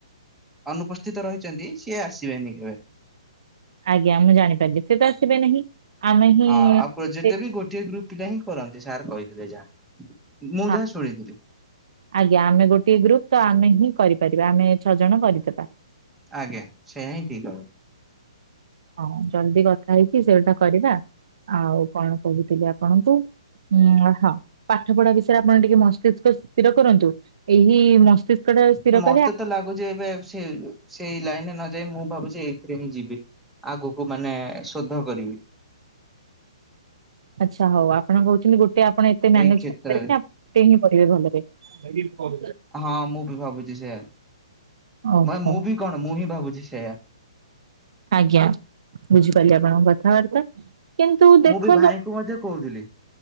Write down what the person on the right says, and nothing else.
ଆଜ୍ଞା ମୁଁ ଜାଣି ପାରିଲି ସେ ତ ଆସିବେ ନାହିଁ। ଆମେ ହିଁ
ସେ-
ହଁ
ଆଜ୍ଞା ଆମେ ଗୋଟଏ ଗ୍ରୁପ ତ ଆମେ ହିଁ କରିପାରିବା ଆମେ ଛଅ ଜଣ କରିଦେବା।
ହଁ ଜଲଦି କଥା ହେଇଛି ସେଗଟା କରିବା ଆଉ କଣ କହୁଥିଲି ଆପଣଙ୍କୁ। ଉଁ ହଁ ପାଠ ପଢା ବିଷୟରେ ଆପଣ ଟିକେ ମସ୍ତିଷ୍କ ସ୍ଥିର କରନ୍ତୁ ଏହି ମସ୍ତିଷ୍କ ଇ
ସ୍ଥିରକ
ଆ
ଆଚ୍ଛା ହଉ ଆପଣ କହୁଛନ୍ତି ଗୋଟେ ଆପଣ ଏତେ ମ୍ୟାନେଜ
କରିପାରେ ଗଟେ ହିଁ କରିବେ ଭଲରେ ଲି କ
ଓହୋ
ଆଜ୍ଞା ବୁଝିପାରିଲି ଆପଣଙ୍କ କଥାବାର୍ତ୍ତା କିନ୍ତୁ ଦେଖନ୍ତୁ